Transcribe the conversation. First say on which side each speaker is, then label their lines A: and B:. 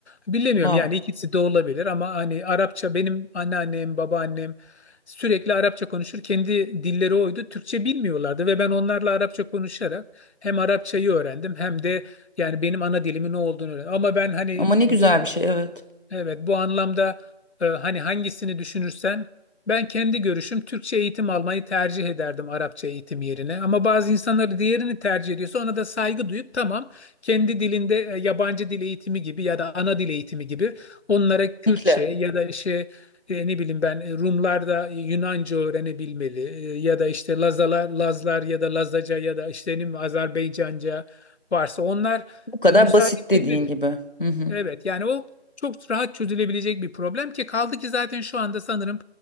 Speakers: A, on the left; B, on the left.
A: Bilemiyorum
B: Wow.
A: yani ikisi de olabilir ama hani Arapça benim anneannem, babaannem sürekli Arapça konuşur. Kendi dilleri oydu. Türkçe bilmiyorlardı ve ben onlarla Arapça konuşarak hem Arapçayı öğrendim hem de yani benim ana dilimin ne olduğunu öğren. Ama ben hani
B: Ama ne güzel
A: bu
B: bir şey evet.
A: Evet, bu anlamda e, hani hangisini düşünürsen ben kendi görüşüm Türkçe eğitim almayı tercih ederdim Arapça eğitim yerine. Ama bazı insanlar diğerini tercih ediyorsa ona da saygı duyup tamam kendi dilinde e, yabancı dil eğitimi gibi ya da ana dil eğitimi gibi onlara Kürtçe
B: Kesinlikle.
A: ya da işte e, ne bileyim ben e, Rumlar da Yunanca öğrenebilmeli E, ya da işte Lazalar, Lazlar ya da Lazaca ya da işte ne bileyim, Azerbaycanca varsa onlar
B: Bu kadar
A: e, müsaade
B: basit dediğin
A: edilmeli.
B: gibi. Hı hı.
A: Evet yani o çok rahat çözülebilecek bir problem ki kaldı ki zaten şu anda sanırım